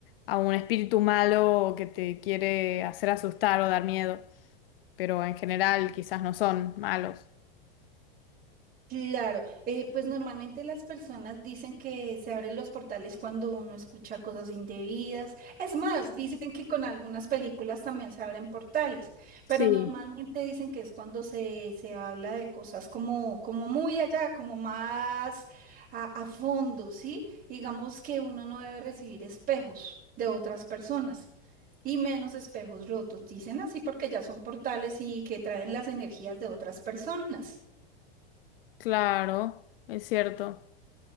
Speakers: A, on the left (about 70°); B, on the right (about 30°).
A: a un espíritu malo o que te quiere hacer asustar o dar miedo, pero en general quizás no son malos.
B: Claro, eh, pues normalmente las personas dicen que se abren los portales cuando uno escucha cosas indebidas. Es más, dicen que con algunas películas también se abren portales,
A: Sí.
B: pero normalmente dicen que es cuando se, se habla de cosas como, como muy allá, como más a, a fondo, ¿sí? Digamos que uno no debe recibir espejos de otras personas. Y menos espejos rotos, dicen así porque ya son portales y que traen las energías de otras personas.
A: Claro, es cierto.